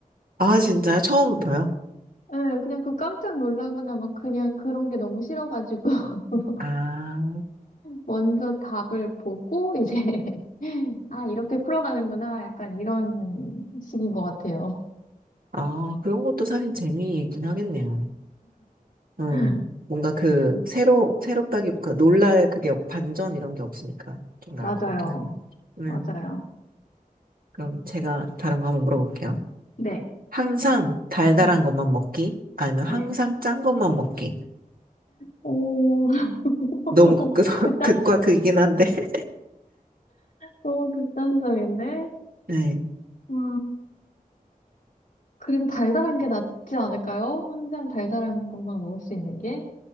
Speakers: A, on the right; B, on the left.
A: 아, 진짜요? 처음부터요?
B: <laughs> 네, 그냥 그 깜짝 놀라거나 막 그냥 그런 게 너무 싫어가지고 <laughs>
A: 아,
B: 먼저 답을 보고 이제 <laughs> 아 이렇게 풀어가는구나 약간 이런 식인 것 같아요.
A: 아, 그런 것도 사실 재미있긴 하겠네요. 음,
B: <laughs>
A: 뭔가 그 새로 새롭다기보다 놀랄 그게 없고 반전 이런 게 없으니까 좀 나을
B: 맞아요.
A: 것 같긴 하네요. 음,
B: 맞아요.
A: 그럼 제가 다른 거 한번 물어볼게요.
B: 네.
A: 항상 달달한
B: 네.
A: 것만 먹기 아니면
B: 네.
A: 항상 짠 것만 먹기.
B: 오 <laughs> 너무
A: 너무 극, <laughs>
B: 극단
A: 극과 극이긴 한데. <laughs>
B: 너무 극단적인데.
A: 네.
B: 와. 그래도 달달한 게 낫지 않을까요? 항상 달달한 것만 먹을 수 있는 게.